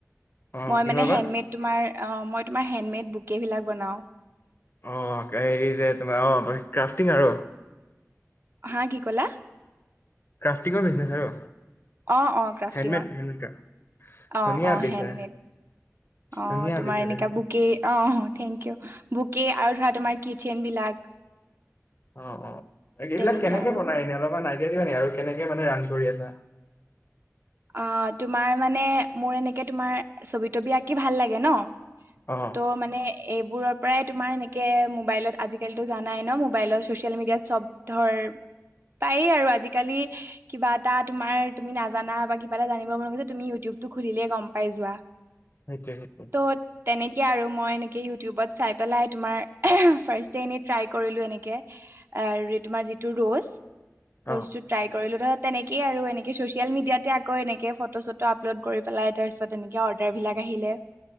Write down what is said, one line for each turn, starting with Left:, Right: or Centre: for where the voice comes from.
Left: অ',
Right: মই
Left: কিহৰ
Right: মানে
Left: বা?
Right: হেণ্ডমেড তোমাৰ অহ মই তোমাৰ হেণ্ডমেড বুকেইবিলাক বনাওঁ।
Left: অ'হেৰি যে তোমাৰ অ'ক্ৰাফটিং আৰু?
Right: হা কি ক'লা?
Left: ক্ৰাফটিংৰ বিজনেচ আৰু?
Right: অ' অ' ক্ৰাফটিংৰ,
Left: হেণ্ডমেড হেণ্ডমেড ক্ৰাফ্ট।
Right: অ'
Left: ধুনীয়া
Right: অ'
Left: পিছে
Right: হেণ্ডমেড। অ'তোমাৰ
Left: ধুনীয়া পিছে
Right: এনেকা
Left: দেখোন
Right: বুকে অহ, থেংক ইউ বুকে আৰু ধৰা তোমাৰ কিচেইন বিলাক
Left: অ'অ'এইবিলাক
Right: তেনেকে
Left: কেনেকে
Right: আৰু
Left: বনাই এনে অলপমান আইদিয়া দিবা নেকি আৰু কেনেকে মানে ৰান কৰি আছা?
Right: অ' তোমাৰ মানে, মোৰ এনেকে তোমাৰ ছবি-তবি আঁকি ভাল লাগে ন'
Left: অ',
Right: ত'মানে এইবোৰৰ পৰাই তোমাৰ এনেকে মোবাইলত আজিকালিতো জানাই ন মোবাইলত চচিয়েল মিডিয়াত চব ধৰ- পায়েই আৰু, আজিকালি কিবা এটা তোমাৰ তুমি নাজানা- বা কিবা এটা জানিব মন গ'লে, তুমি ইউটিউবটো খুলিলেই গম পাই যোৱা।
Left: সেইটোৱেই, সেইটোৱেই।
Right: ত' তেনেকেই আৰু, মই এনেকে ইউটিউবত চাই পেলাই তোমাৰ ফাৰ্ষ্ট ডে এনেই ট্ৰাই কৰিলোঁ এনেকে। আৰু তোমাৰ যিটো ৰৌজ- ৰ'জটো
Left: অ',
Right: ট্ৰাই কৰিলো, তাৰপিছত তেনেকেই আৰু এনেকে চচিয়েল মিডিয়াতে আক- কৌ এনেকে ফটো চটো আপলোড কৰি পেলাই, তাৰপিছত এনেকে অৰ্ডাৰ বিলাক আহিলে।